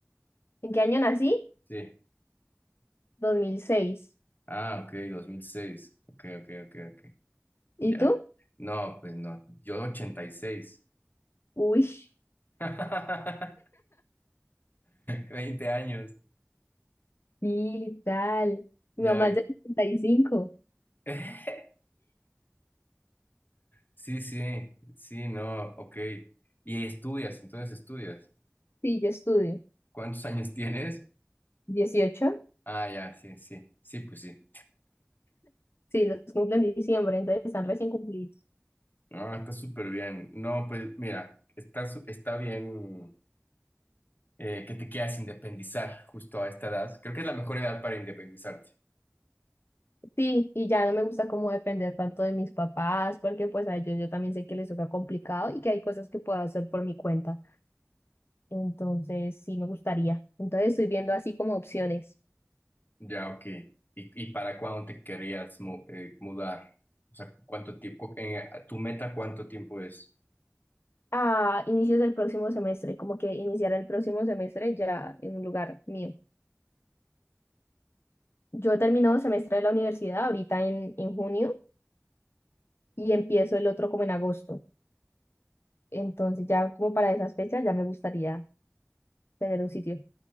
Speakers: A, on the left (about 55°); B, on the left (about 40°).
A: <laughs> ¿En qué año nací?
B: Sí.
A: dos mil seis
B: Ah, ok, 2006. Ok, ok, ok, ok.
A: ¿Y
B: Ya.
A: tú?
B: No, pues no. Yo 86.
A: Uy,
B: <laughs> 20 años.
A: sí, tal. Mi
B: Ya.
A: mamá es de setenta y cinco
B: <laughs> Sí, sí, sí, no, ok. Y estudias, entonces estudias.
A: Sí, yo estudio.
B: ¿Cuántos años tienes?
A: dieciocho
B: Ah, ya, sí, sí. Sí, pues sí.
A: Sí, los cumplen en diciembre, entonces están recién cumplidos.
B: No, está súper bien. No, pues mira, está, su- está bien eh, que te quieras independizar justo a esta edad. Creo que es la mejor edad para independizarte.
A: Sí, y ya no me gusta como depender tanto de mis papás, porque pues a ellos yo también sé que les toca complicado y que hay cosas que puedo hacer por mi cuenta. Entonces, sí me gustaría. Entonces, estoy viendo así como opciones.
B: Ya, ok. ¿Y, y para cuándo te querrías mu- eh, mudar? O sea, ¿cuánto tiempo? eh, ¿tu meta cuánto tiempo es?
A: A inicios del próximo semestre, como que iniciar el próximo semestre ya en un lugar mío. Yo termino semestre de la universidad ahorita en, en junio y empiezo el otro como en agosto. Entonces, ya como para esas fechas ya me gustaría tener un sitio.